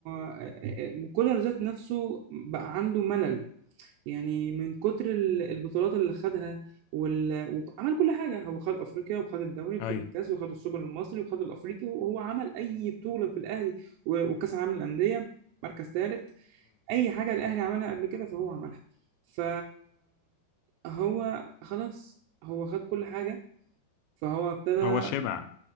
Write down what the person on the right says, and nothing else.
آه، آه، كولر ذات نفسه بقى عنده ملل يعني من كتر ال- البطولات اللي خدها وال... وعمل كل حاجه هو خد افريقيا وخد الدوري وخد
الكاس وخد السوبر المصري وخد الافريقي وهو عمل اي بطوله في الاهلي و- وكاس العالم للانديه مركز ثالث اي حاجه الاهلي عملها قبل كده فهو عملها ف هو خلاص هو خد كل حاجه فهو ابتدى